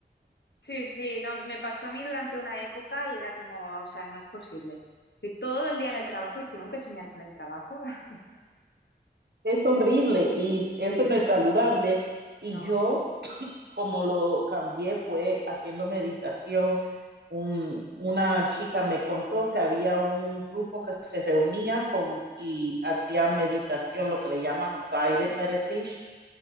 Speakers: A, on the left (about 75°); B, on the right (about 70°).
A: Sí, sí, no, me pasó a mí durante una época y era como, o sea, no es posible. Estoy todo el día en el trabajo y tengo que soñar con el trabajo. <laughs>
B: Es
A: Sí,
B: horrible
A: sí, es-
B: y eso
A: sí,
B: no es saludable. Y
A: no.
B: yo como lo cambié fue haciendo meditación. Un- una chica me contó que había un grupo que se reunía con y hacían meditación, lo que le llaman guided meditation,